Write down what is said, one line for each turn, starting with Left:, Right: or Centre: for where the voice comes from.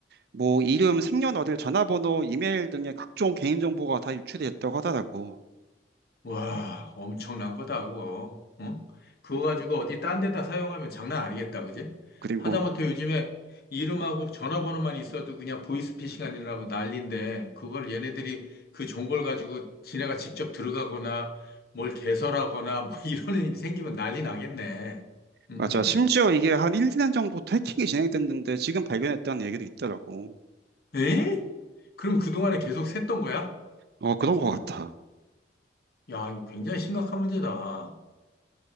Right: 뭐 이름, 생년월일, 전화번호, 이메일 등의 각종 개인정보가 다 유출이 됐다고 하더라고.
Left: 와, 엄청난 거다, 그거. 어? 그거 가지고 어디 딴 데다 사용하면 장난 아니겠다, 그지?
Right: 그리고
Left: 하다못해 요즘에 이름하고 전화번호만 있어도 그냥 보이스피싱 아니라고 난리인데, 그걸 얘네들이 그 정보를 가지고 지네가 직접 들어가거나 뭘 개설하거나 뭐 <laughs> 이런 일이 생기면 난리 나겠네. 음.
Right: 맞아. 심지어 이게 한 1, 2년 전부터 해킹이 진행됐는데 지금 발견했다는 얘기도 있더라고.
Left: 에? 그럼 그동안에 계속 샜던 거야?
Right: 어, 그런 것 같아.
Left: 야, 이거 굉장히 심각한 문제다.